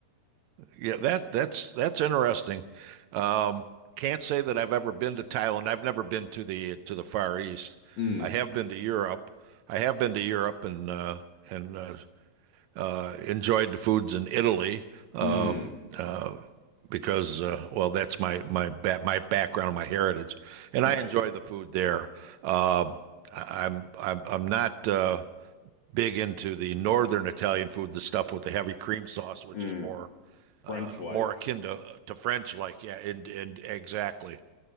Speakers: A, on the right; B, on the left.
A: Yeah, that that's that's interesting. Um, can't say that I've ever been to Thailand. I've never been to the to the Far East.
B: Mm,
A: I have been to Europe. I have been to Europe and uh, and uh, uh, enjoyed the foods in Italy uh,
B: mm,
A: uh, because uh, well, that's my my ba my background, my heritage, and
B: right.
A: I enjoy the food there. Um, I- I'm I'm I'm not uh, big into the northern Italian food, the stuff with the heavy cream sauce, which
B: Mm,
A: is more uh,
B: French like.
A: more akin to, to French, like yeah, and and exactly.